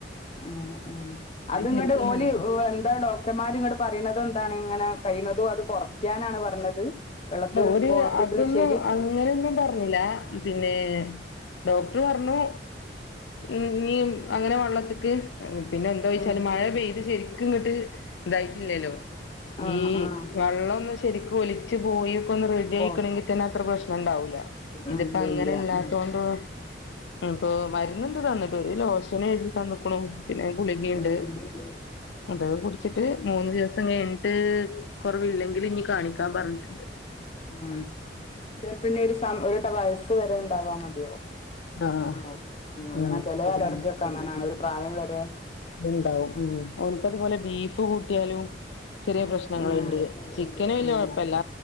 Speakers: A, on the left; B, on the left.
A: ഉം ഉം അത്ങ്ങട്
B: ശരിക്കും
A: ഓല്
B: മാറി
A: എന്താ ഡോ ക്ടർമാറങ്ങട്ട് പറയുന്നത് എന്താണ് ഇങ്ങനെ കഴിയുന്നതും അത് കുറക്കാനാണ് പറഞ്ഞത് വെള്ളത്ത്
B: ഓര്
A: പോണത്
B: അതൊന്നും
A: ഇത് ശരി
B: അങ്ങനെയൊന്നും പറഞ്ഞില്ല പിന്നെ ഡോക്ടർ പറഞ്ഞു ഇനിയും അങ്ങനെ വെള്ളത്തിക്ക് പിന്നെ എന്താ വെച്ചാല്
A: ആഹ്
B: മഴ പെയ്ത് ശരിക്കും ഇങ്ങട്ട് ഇതായിട്ടില്ലല്ലോ
A: ആഹ്
B: ഈ
A: ആഹ്
B: വെള്ളം ഒന്ന് ശരിക്കും ഒലിച്ചു പോയി ഒന്ന് റെഡി ആയിക്കണമെങ്കി
A: പോ
B: തന്നെ അത്ര പ്രശ്നം ഇണ്ടാവൂല്ല ഇതിപ്പോ
A: ഇല്ല
B: അങ്ങനെ
A: ഇല്ല
B: ഇല്ലാത്തൊണ്ട്
A: ഉം
B: ഇപ്പൊ മരുന്നുണ്ട് തന്നിട്ട് ഒരു ലോഷന് എഴുതി തന്ന്ക്കണു പിന്നെ ഗുളികയുണ്ട്
A: ഉം ഉം
B: അതൊക്കെ കുടിച്ചിട്ട് മൂന്ന് ദിവസം കഴിഞ്ഞിട്ട് കുറവില്ലെങ്കിൽ ഇനി കാണിക്കാൻ പറഞ്ഞിട്ട്
A: മ്മ് ചെലപ്പം ഇനി ഒരു സമ് ഇവര്ട വയസ് വരെ ഉണ്ടാവാ മതിയോ
B: ആഹ്
A: അങ്ങനാവുംഅങ്ങനെ
B: ഉം
A: ചെല
B: അതന്നെ
A: അലർജി ഒക്കെ അങ്ങനെയാണ് ഒരു പ്രായം വരെ
B: ഉണ്ടാവും മ്മ് ഓന്ക്ക് അതുപോലെ ബീഫ് കൂട്ടിയാലും ചെറിയ പ്രശ്നങ്ങളുണ്ട്
A: ആഹ്
B: ചിക്കന് വല്ല്യ
A: ആഹ്
B: കുഴപ്പല്ല